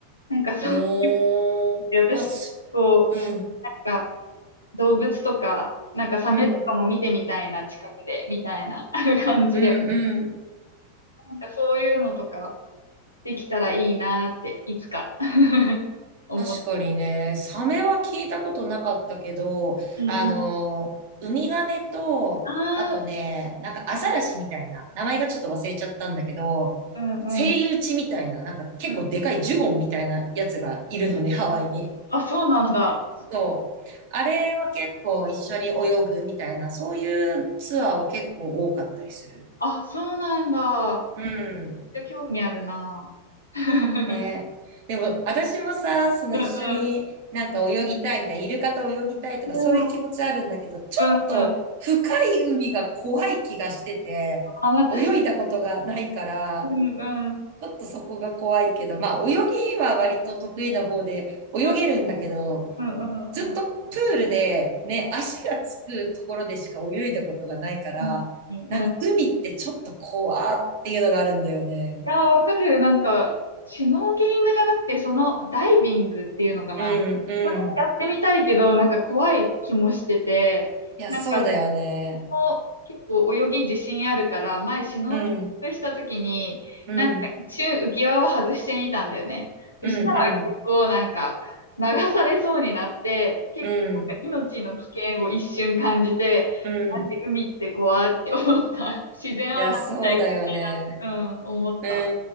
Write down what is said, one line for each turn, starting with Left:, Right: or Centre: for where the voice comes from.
Left: なんかそう、
Right: おー、
Left: で私、
Right: ボス。
Left: こう、
Right: うん。
Left: なんか動物とか、なんかサメとかも見てみたいな、
Right: うん。
Left: 近くで、みたいな <laughs> 感じで。
Right: うん。うん。
Left: なんかそういうのとかできたらいいなって、いつか <laughs> 思ってる。
Right: 確かにね、サメは聞いたことなかったけど、
Left: うんうん。
Right: あの、ウミガメと、
Left: ああ、
Right: あとね、なんかアザラシみたいな、名前がちょっと忘れちゃったんだけど、
Left: うんうん。
Right: セイウチみたいな、なんか結構でかいジュゴンみたいなやつがいるのね、
Left: うん。
Right: ハワイに。
Left: あ、そうなんだ。
Right: そう。あれは結構一緒に泳ぐみたいな、そういうツアーは結構多かったりする。
Left: あ、そうなんだ。
Right: うん。
Left: めっちゃ興味あるな。<laughs> うん
Right: ねでも、私もさ、
Left: う
Right: その一緒になんか泳ぎたいみたいな、イルカと泳ぎたいとかそういう気持ちあるんだけど、
Left: ん。
Right: ちょっと深い海が怖い気がしてて、
Left: うんうんうん。まあ、私、
Right: 泳いだことがないから、
Left: うんうん。
Right: ちょっとそこが怖いけど、まあ泳ぎは割と得意な方で泳げるんだけど、
Left: うんうんうんうん。
Right: ずっとプールでね、足がつくところでしか泳いだことがないから、
Left: うん。い
Right: なんか海ってちょっと怖っていうのがあるんだよね。
Left: や、わかる。なんか、シュノーケリングじゃなくて、そのダイビングっていうのかな。
Right: うん、うん。
Left: それもやってみたいけど、なんか怖い気もしてて、
Right: いや、
Left: なんか
Right: そうだよね。
Left: も結構泳ぎ自信あるから、前シュノーケリングした時に、
Right: うん、うん、
Left: なんか一瞬浮き輪を外してみたんだよね。そしたら結構なんか流されそうになって、
Right: うん、うん、
Left: 結構なんか命の危険を一瞬感じて、
Right: うん、うん。
Left: なんて海って怖いって思った。自然をなっちゃい
Right: いや、そうだよね。
Left: けない、うん、思った。
Right: う